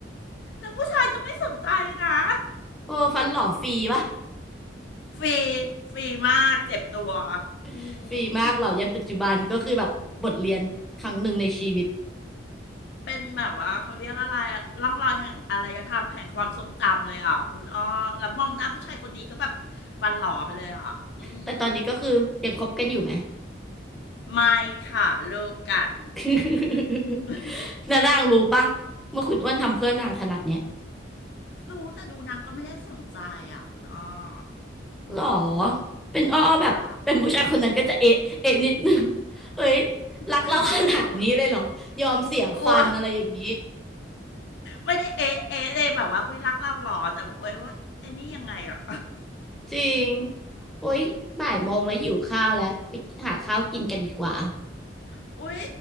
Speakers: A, on the left (about 60°); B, in the centre.
A: แล้วผู้ชายก็ไม่สนใจนะ
B: โอ้ฟันหล่อฟรีปะ
A: อืมฟรีฟรีมากเจ็บตัว
B: <laughs>
A: อืม
B: ฟรีมากหล่อยันปัจจุบันก็คือแบบบทเรียนครั้งหนึ่งในชีวิต
A: เป็นแบบว่าเขาเรียกอะไรอะร่องรอยแห่งอารยธรรมแห่งความทรงจำเลยอ่ะคุณอ้อแล้วมองหน้าผู้ชายคนนี้ก็แบบฟันหล่อไปเลยอ่ะอืม
B: แต่ตอนนี้ก็คือยังคบกันอยู่ไหม
A: ไม่ค่ะเลิกกัน
B: <laughs>
A: อืม <laughs>
B: แล้ว <laughs> นางรู้ปะว่าคุณอ้วนทำเพื่อนนางขนาดเนี้ย
A: รู้แต่ดูนางก็ไม่ได้สนใจอ่ะคุณอ้ออืม
B: หรอเป็นอ้ออ้อแบบเป็นผู้ชายคนนั้นก็จะเอะเอะนิดนึง
A: ใช่
B: <laughs> เอ้ย
A: <laughs>
B: รักเราขนาดนี้เลยเหรอยอมเสียฟันอะไรอย่างนี้
A: กลัวกลัวไม่ได้เอ๊ะเอ๊ะเลยแบบว่าอุ๊ยรักเราหรอแต่บอกเอ้ยว่าไอ้นี่ยังไงอ่ะ
B: จริงโอ๊ยบ่ายโมงแล้วหิวข้าวแล้วไปหาข้าวกินกันดีกว่า
A: <laughs> อุ๊ย